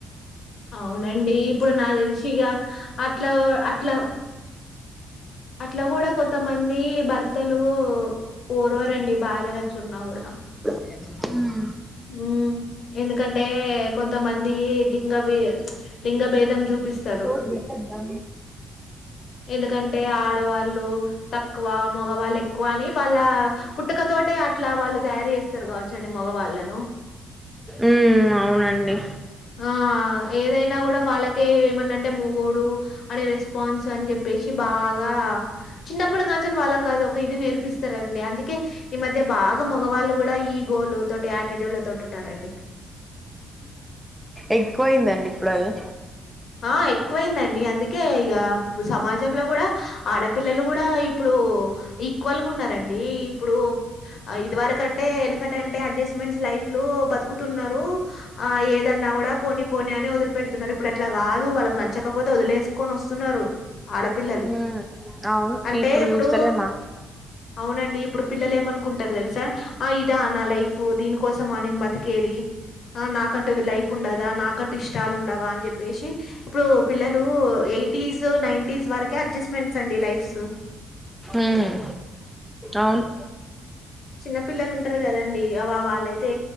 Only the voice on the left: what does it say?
అవునండి ఇప్పుడు నా క్ దేలిస్ ఇగా అట్లా ఓ అట్లా అట్లా కూడా కొంతమంది భర్తలు ఓరవరండి భార్యలు అట్లున్నా కూడా
ఉమ్ ఎందుకంటే కొంతమంది లింగ లింగ భేదం చూపిస్తారు
ఎందుకంటే ఆడవాళ్ళు తక్కువ మగవాళ్ళు ఎక్కువ అని వాళ్ళ పుట్ పుట్టుకతోనే అట్లా వాళ్ళు తయారు చేస్తారు కావచ్చండి మగవాళ్ళను
ఆ ఏదైనా కూడా వాళ్ళకే ఏమన్న అంటే మొగోడు అని రెస్పాన్స్ అని చెప్పేసి బాగా చిన్నప్పుడు గాంచలు వాళ్ళ కాదు ఇది నేర్పిస్తారండి. అందుకే ఈ మధ్య బాగా మగవాళ్ళు కూడా ఈ గోలు తోటి, ఆటిట్యూడ్ తోటి ఉంటారండి.
ఆ ఎక్కువైందండి. అందుకే ఇక సమాజంలో కూడా ఆడపిల్లలు కూడా ఇప్పుడు ఈక్వల్గా ఉన్నారండి. ఇప్పుడు ఇదివరకంటే ఎనకటంటే అడ్జస్ట్మెంట్స్ లైఫ్ లో బతుకుతున్నారు. ఆ ఏదన్నా కూడా పోని పోని అని వదిలిపెడుతున్నారు ఇప్పుడు. ఇట్లా కాదు వాళ్ళకి నచ్చకపోతే వదిలేసుకొని వస్తున్నారు. ఆడపిల్లలు
అంటే ఇప్పుడు
అవునండి ఇప్పుడు పిల్లలు ఏమను అనుకుంటారు తెలుసా. ఆ ఇదా నా లైఫ్ దీని కోసమా నేను బతికేది. ఆ నాకంటూ లైఫ్ ఉండదా నాకంటూ ఇష్టాలు ఉండవా అని చెప్పి. చెప్పేసి ఇప్పుడు పిల్లలు ఎయిటీస్ నైంటీస్ వరకే అడ్జస్ట్మెంట్స్ అండి లైఫ్స్
చిన్న పిల్లలు ఉంటరు కదా అండి. వ వాళ్ళైతే